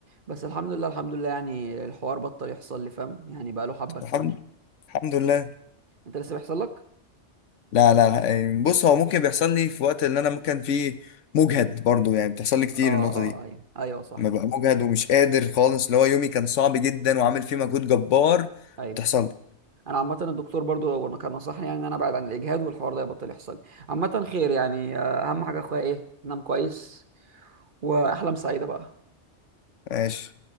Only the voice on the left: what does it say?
الحمد الحمد لله
لا لا لا، يعني بص هو ممكن بيحصل لي في وقت اللي انا ممكن فيه مجهد برضو يعني بتحصل لي كتير
النقطة
دي
لما ببقى مجهد ومش قادر خالص اللي هو يومي كان صعب جدا وعامل فيه مجهود جبار
بتحصل لي
ماشي